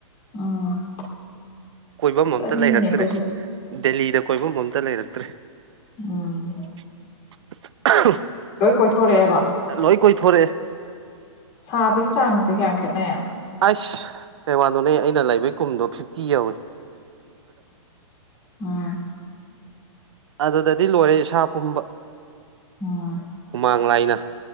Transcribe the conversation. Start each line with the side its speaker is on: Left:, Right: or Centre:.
Left: ꯎꯝ
Right: ꯀꯣꯏꯕꯝ
Left: ꯆꯠꯅꯤꯡꯉꯤꯅꯦ
Right: ꯑꯝꯇ ꯂꯩꯔꯛꯇ꯭ꯔꯦ
Left: ꯑꯩꯈꯣꯏꯁꯨ
Right: ꯗꯦꯜꯂꯤꯗ ꯀꯣꯏꯕꯝ ꯑꯝꯇ ꯂꯩꯔꯛꯇ꯭ꯔꯦ
Left: ꯎꯝ
Right: <unintelligible>
Left: ꯂꯣꯏ ꯀꯣꯏꯊꯣꯔꯛꯑꯦꯕ
Right: ꯂꯣꯏ ꯀꯣꯏꯊꯣꯔꯛꯑꯦ
Left: ꯁꯥꯕꯒꯤ ꯆꯥꯡꯁꯤꯗꯤ ꯀꯌꯥꯝ ꯈꯦꯠꯅꯩ
Right: ꯑꯁ ꯀꯩ ꯋꯥꯅꯣꯅꯦ ꯑꯩꯅ ꯂꯩꯕꯒꯤ ꯀꯨꯝꯗꯣ ꯐꯤꯐꯇꯤ ꯌꯧꯢ
Left: ꯎꯝ ꯎꯝ
Right: ꯑꯗꯨꯗꯗꯤ ꯂꯣꯏꯔꯦ ꯏꯁꯥ ꯄꯨꯝꯕ
Left: ꯎꯝ
Right: ꯍꯨꯃꯥꯡ ꯂꯥꯏꯅ